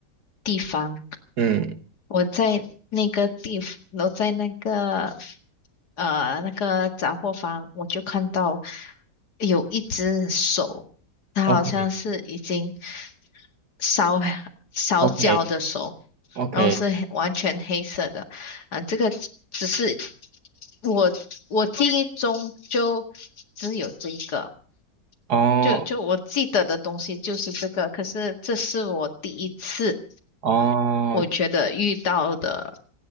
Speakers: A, on the left; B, on the right.
A: 地方，
B: 嗯
A: 我在那个地，我在那个呃那个杂货房，我就看到有一只手，它好像是已经
B: ，OK
A: 烧烧焦的手，
B: OK OK，
A: 然后是完全黑色的，啊、这个只是我我记忆中就只有这一个。
B: 哦
A: 就就我记得的东西就是这个，可是这是我第一次
B: 哦，
A: 我觉得遇到的，